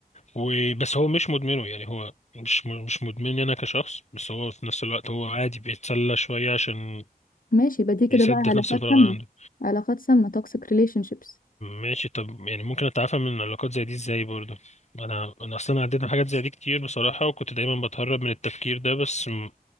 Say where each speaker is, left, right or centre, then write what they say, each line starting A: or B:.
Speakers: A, on the left; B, on the left.
A: وبس هو مش مدمنه يعني هو مش م- مش مدمن انا كشخص بس هو في نفس الوقت هو عادي بيتسلى شوية عشان
B: ماشي يبقى دي كده
A: يسد
B: بقى علاقات
A: في نفس الفراغ
B: سامة
A: اللي عنده
B: علاقات سامة toxic relationships
A: ماشي طب يعني ممكن اتعافى من علاقات زي دي ازاي برضو انا انا اصلا عديت من حاجات زي دي كتير بصراحة وكنت دايما بتهرب من التفكير ده بس م-